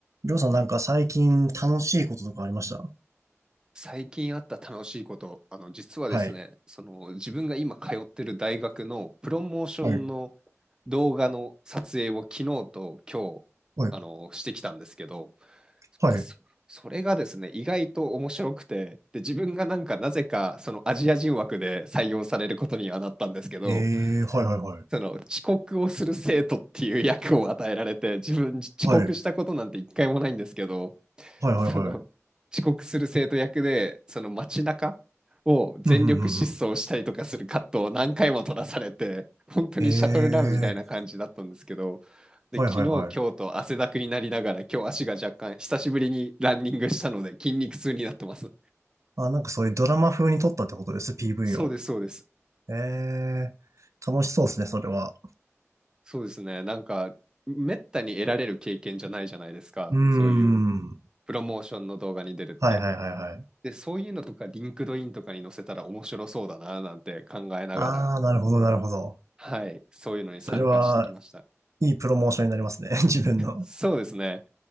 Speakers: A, on the right; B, on the right.
A: りょうさんなんか最近楽しいこととかありました
B: 最近あった楽しいこと、あの、実はですね、
A: はい。
B: その自分が今通ってる大学のプロモーションの
A: はい。
B: 動画の撮影を昨日と今日、
A: はい。
B: あの、してきたんですけど、
A: はい。
B: まあ、そそれがですね、意外と面白くて、で、自分がなんかなぜかそのアジア人枠で採用されることにはなったんですけど、
A: えー、はいはいはい。
B: その遅刻をする生徒っていう役を与えられて、自分遅刻したことなんて一回もないんですけど、
A: はい。はいはいはい。
B: その遅刻する生徒役でその街中を全力疾走したりとかするカットを何回も撮らされて本当にシャトルランみたいな感じだったんですけど
A: うん、ふんふんふん。えー、
B: で昨日今日と汗だくになりながら今日足が若干久しぶりにランニングしたので筋肉痛になってます
A: はいはいはい。あ、なんかそういうドラマ風に撮ったってことです、PV
B: そうですそうです
A: を。えー、楽しそうですね、それは。
B: そうですねなんかめったに得られる経験じゃないじゃないですかそういう
A: うーん。
B: プロモーションの動画に出るって
A: はいはいはいはい。
B: でそういうのとかリンクドインとかに載せたら面白そうだななんて考えながら
A: あー、なるほどなるほど。
B: はい、そういうのに参加してきました。
A: それは、いいプロモーションになりますね、<laughs> 自分の。
B: そうですね。